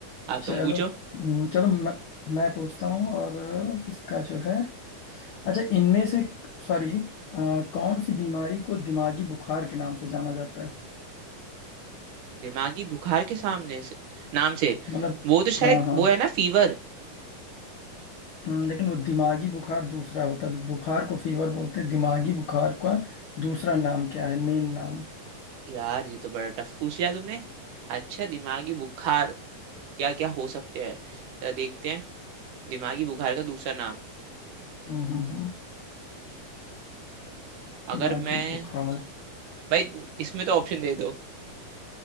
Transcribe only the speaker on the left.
चलो
हम्म, चलो मैं मैं पूछता हूँ और अ, इसका जो है अच्छा इनमें से सॉरी कौन सी बीमारी को दिमागी बुखार के नाम से जाना जाता है
मतलब
हाँ हाँ
हम्म, लेकिन वो दिमागी बुखार दूसरा होता है बुखार को फीवर बोलते हैं दिमागी बुखार का दूसरा नाम क्या है मेन नाम
हम्म हम्म, हम्म,
दिमागी
बुखार